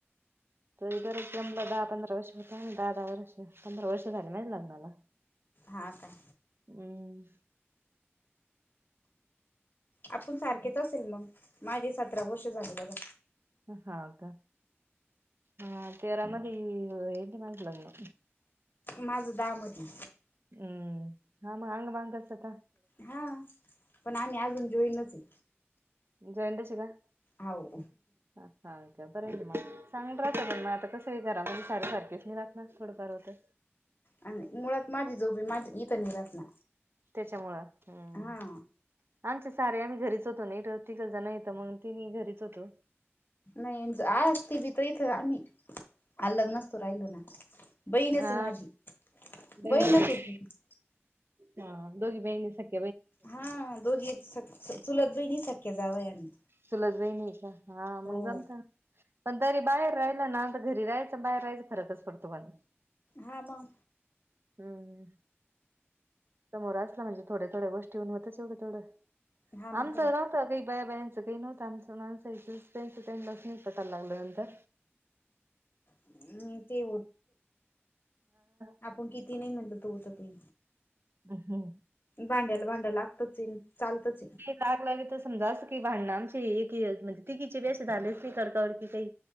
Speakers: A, on the right; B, on the left.
A: तरी बरंच जमलं दहा- पंधरा वर्ष होत, दहा- दहा वर्ष, पंधरा वर्ष झाले माझ्या लग्नाला.
B: हा काय?
A: हम्म.....
B: आपुण सारखेच असेल मग, माझे सतरा वर्ष झाले बघा.
A: हाव का? आ तेरामधी होएले माझं लग्न.
B: माझं दहा मधी.
A: हम्म, ह मग आंग मांगलचत
B: हा, पण आम्ही अजून जॉईनच हे
A: जॉईन्डचे का?
B: हाव.
A: हाव का बरं हाय का मग, चांगलं राहतं पण मग आता कसंय घरामध्ये सारे सारखेच नाही राहत ना थोडंफार होतं
B: आणि मुळात माझी जाऊ बाई माझी इथं नाही राहत ना.
A: त्येच्यामुळं हम्म.
B: हा
A: आमचे सारे आम्ही घरीच होतो ना, इध तिघजण येतं मंग तिन्ही घरीच होतो.
B: नाही अन आसती बी तर इथं आम्ही, अलग नसतो राहिलो ना. बईण हे
A: हा
B: ती माझी,
A: बहिणी
B: बईणच होती ती.
A: हा, दोघी बहिणी सक
B: हा दोघी चुलत बहिणी, सक्क्या जावं हाय आम्ही.
A: चुलत बहिणी हे का, हा
B: हो.
A: मग जमत. पण तरी बाहेर राहिला ना, तर घरी राहायचं बाहेर राहायचं फरकच पडतो पण
B: हा म.
A: हम्मम, समोर असलं म्हणजे थोड्या थोड्या गोष्टी हुन होतच एवढं तेवढं. <unintelligible>
B: हा
A: काही
B: मग काय
A: बाया, बायांचं काही नव्हत आमचं माणसां त्यांच त्यांनला निस्तराय लागलं नंतर.
B: अम् ते
A: <unintelligible>
B: तुमचं ती नाही म्हणलं तू तर ते
A: अ, हं
B: भांड्याला भांड लागतच ये चालतंच ते
A: टाग ला तर समजा असं की भांडन आमची, एक म्हणजे तिघीचे बे असं झालेस नाही कडका कडकी काही.